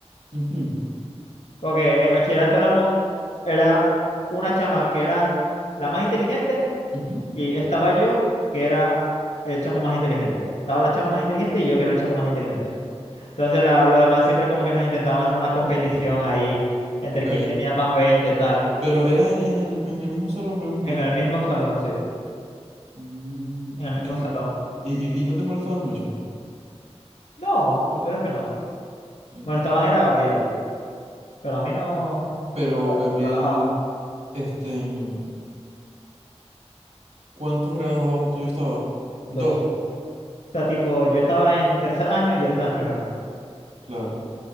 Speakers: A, on the right (about 85°); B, on the left (about 80°).
A: Ujú,
B: Porque en bachillerato éramos, era una chama que era la más inteligente
A: ujú.
B: y estaba yo, que era el chamo más inteligente. Estaba la chama más inteligente y yo que era el chamo más inteligente. Entonces la- los demás siempre como que nos intentaban hacer una competición ahí entre
A: Ok,
B: quién tenía más 20 tal.
A: pero era en, en el, en el mismo salón, pregunto.
B: En el mismo salón, sí.
A: Mm,
B: En el mismo
A: Y,
B: salón.
A: y, y- y no te molestaban mucho.
B: No, supieras que no.
A: Mm.
B: Molestaban era a Gabriel, pero a mí no.
A: Pero
B: re-
A: Gabriel,
B: Relajado.
A: este, en- ¿cuántos grados abajo tuyo estaba? Dos,
B: Dos. O sea, tipo, yo estaba en tercer año y él estaba en primero.
A: claro.